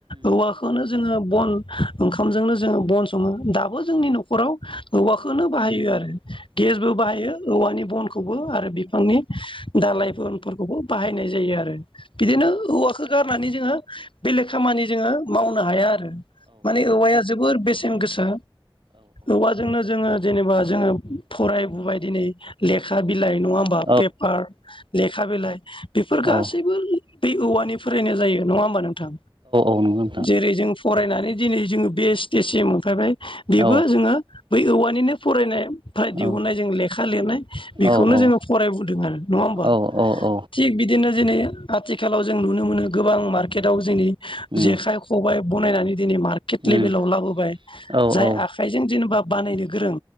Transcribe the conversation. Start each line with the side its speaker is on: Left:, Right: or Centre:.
Left: औवाखौनो जोङो बन ओंखामजोंनो जोङो बन सङो दाबो जोंनि न'खराव औवाखोनो बाहायो आरो गेसबो बाहायो औवानि बनखौबो आरो बिफांनि दालायफोर फोरखौबो बाहायनाय जायो आरो बिदिनो औवाखो गारनानै जोङो बेलेग खामानि जोङो मावनो हाया आरो माने औवाया जोबोर बेसेन गोसा औवाजोंनो जोङो जेनेबा जोङो फरायबोबाय दिनै लेखा बिलाइ नङा होमबा
Right: औ
Left: पेपार लेखा बिलाइ बेफोर गासैबो
Right: औ
Left: बे औवानि फ्रायनो जायो नङा होमबा नोंथां
Right: नंगौ नोंथां
Left: जेरै जों फरायना नै दिनै जोङो बे स्टेसिम मोनफायबाय बेबो
Right: औ
Left: जोङो बै औवानिनो फरायनाय फाय
Right: औ
Left: दिहुननाय जों लेखा लिरनाय बेखौनो
Right: औ
Left: जोङो फरायबोदों आरो नङा होमबा
Right: औ औ औ
Left: थिग बिदिनो दिनै आथिखालाव जों नुनो मोनो गोबां मार्केटाव जोंनि
Right: उम
Left: जेखाइ खबाइ बनायनानै मार्केट
Right: उम
Left: लेभेलाव लाबोबाय
Right: औ
Left: जाय
Right: औ
Left: आखाइजों जेनेबा बानायनो गोरों